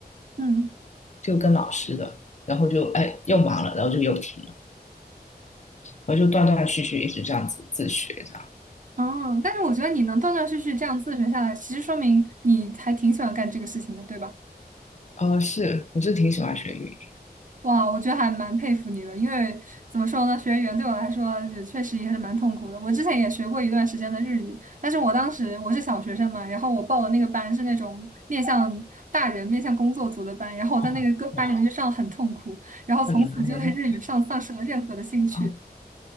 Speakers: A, on the right (about 50°); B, on the left (about 45°).
A: 嗯，
B: 就跟老师的，然后就哎又忙了，然后就又停了，然后就断断续续一直这样子自学这样。
A: 哦，但是我觉得你能断断续续这样自学下来，其实说明你还挺喜欢干这个事情的，对吧？
B: 呃，是，我是挺喜欢学语言。
A: 哇，我觉得还蛮佩服你的，因为怎么说呢，学语言对我来说也确实也是蛮痛苦的。我之前也学过一段时间的日语，但是我当时我是小学生嘛，然后我报的那个班是那种面向大人、面向工作组的班，然后我在那个个班里面就上得很痛苦，
B: 哦，哇，
A: 然后从此就对日语上丧失了任何的兴趣。
B: 很难哎。啊